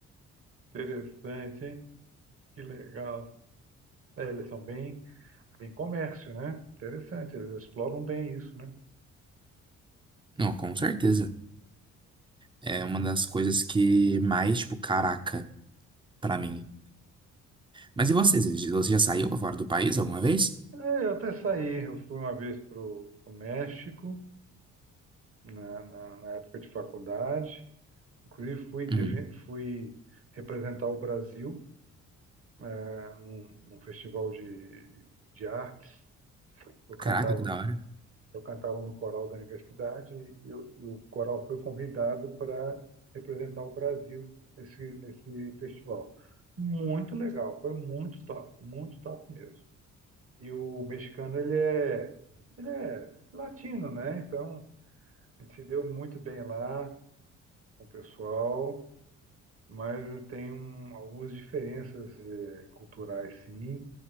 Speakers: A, on the right; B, on the right.
A: Interessante, hein? Que legal. É, eles são bem, bem comércio, né? Interessante, eles exploram bem isso, né?
B: Não, com certeza. É uma das coisas que mais, tipo, caraca, pra mim. Mas e vocês? Você já saiu pra fora do país alguma vez?
A: É, eu até saí, eu fui uma vez para o México, na, na- na época de faculdade. Inclusive, fui, defen-
B: Uhum.
A: fui representar o Brasil né, num, num festival de, de artes. Eu cantava
B: Caraca, que da hora.
A: Eu cantava no coral da universidade e, o e o coral foi convidado para representar o Brasil nesse, nesse festival. Muito legal, foi muito top, muito top mesmo. E o mexicano, ele é, ele é latino, né? Então, a gente se deu muito bem lá com o pessoal, mas tem um, algumas diferenças eh, culturais, sim,